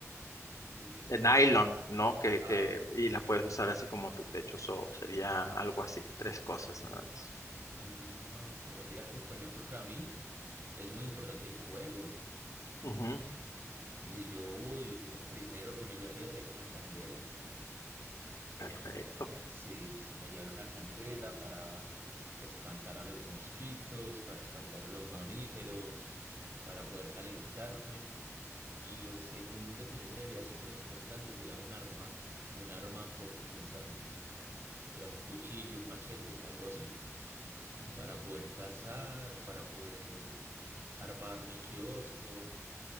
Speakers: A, on the right; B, on the left.
A: ¿De qué?
B: de nylon, ¿no? Que
A: Ah,
B: que y la puedes usar así como tu techo, so, sería algo así, tres cosas nada más.
A: ah, pero mira que, por ejemplo, para mí es muy importante el fuego.
B: Ujú,
A: Y yo, uy, yo lo primero que me llevaría sería una candela.
B: perfecto.
A: Sí, sí, me llevaría una candela para espantar a los mosquitos, para espantar a los mamíferos, para poder calentarme. Y lo segundo que yo creería súper importante sería un arma, un arma cortopunzante. Era un cuchillo, un machete, algo así.
B: Ujú,
A: para poder cazar, para poder armar mi kiosco.